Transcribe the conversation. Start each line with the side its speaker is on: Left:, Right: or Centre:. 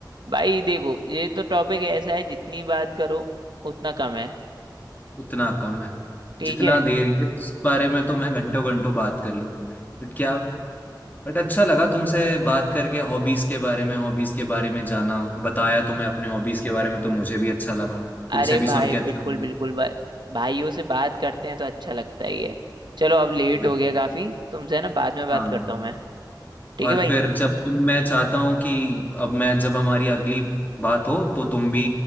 Right: भाई देखो ये तो टॉपिक ऐसा है जितनी बात करो उतना कम है
Left: उतना कम है
Right: ठीक
Left: जितना
Right: है
Left: देर ये इस बारे में तो मैं घंटों घंटों बात कर लूं बट क्या बट अच्छा लगा तुमसे बात करके हॉबीज के बारे में हॉबीज के बारे में जाना बताया तुम्हें अपने हॉबीज के बारे में तो मुझे भी अच्छा लगा तुमसे
Right: अरे
Left: भी
Right: भाई
Left: सुन के
Right: बिल्कुल
Left: अच्छा लगा
Right: बिल्कुल भा- भाइयों से बात करते हैं तो अच्छा लगता ही है चलो अब लेट
Left: बिल-
Right: हो गया काफी तुमसे है ना बाद में बात
Left: हाँ
Right: करता हूँ मैं ठीक
Left: और
Right: है भाई
Left: फिर जब तुम मैं चाहता हूँ कि अब मैं जब हमारी अगली बात हो तो तुम भी